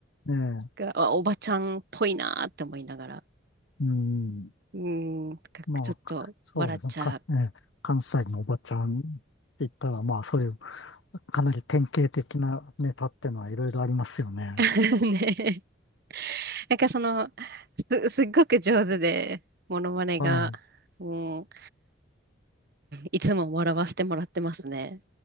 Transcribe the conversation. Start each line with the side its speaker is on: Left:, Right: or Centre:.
Left: え、ええ、
Right: があ、おばちゃんっぽいなって思いながら、
Left: うん。
Right: うーん、なんかちょっと笑っちゃう。
Left: まあ、そうですね。か、ええ、関西のおばちゃんって言ったら、まあ、そういう、かなり典型的なネタってのはいろいろありますよね。
Right: <laughs> ね。なんかその、す、すっごく上手で、モノマネが、
Left: はい。
Right: うん、うんいつも笑わせてもらってますね。